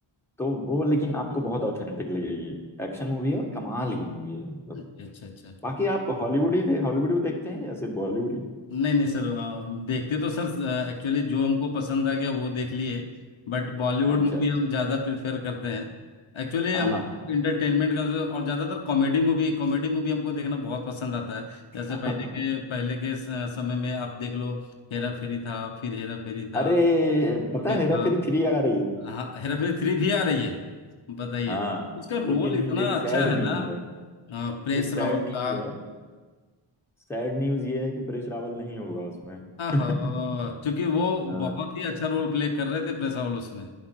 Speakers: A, in the centre; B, on the left.
A: तो वो लेकिन आपको बहुत ऑथेंटिक लगेगी एक्शन मूवी है और कमाल की मूवी है मतलब
B: अच्छा अच्छा अच्छा
A: बाकी आप हॉलीवुड ही दे, हॉलीवुड भी देखते हैं या सिर्फ बॉलीवुड ही
B: नहीं नहीं सर आ, देखते तो सर एक्चुअली जो हमको पसंद आ गया वो देख लिए बट बॉलीवुड
A: अच्छा
B: मूवी
A: अच्छा
B: हम ज़्यादा प्रिफेर करते हैं एक्चुअली
A: हाँ
B: हम
A: हाँ
B: इंटरटेनमेंट का और ज़्यादातर कॉमेडी मूवी कॉमेडी मूवी हमको देखना बहुत पसंद आता है जैसे
A: हाँ।
B: पहले के पहले के स- समय में आप देख लो हेरा फेरी था फिर हेरा फेरी
A: <laughs>
B: था
A: अरे पता
B: ये
A: है
B: था
A: हेरा फेरी थ्री आ रही है
B: हाँ हेरा फेरी थ्री भी आ रही है बताइए
A: हाँ
B: उसका रोल
A: लेकिन
B: इतना
A: एक
B: अच्छा
A: सैड
B: है
A: न्यूज
B: ना
A: है
B: अ, परेश
A: एक सैड
B: रावल
A: न्यूज
B: का
A: है सैड न्यूज ये है कि परेश रावल नहीं होगा उसमें
B: हाँ
A: <laughs>
B: क्योंकि वो
A: आ,
B: बहुत ही अच्छा रोल प्ले कर रहे थे प्रेस हाउस में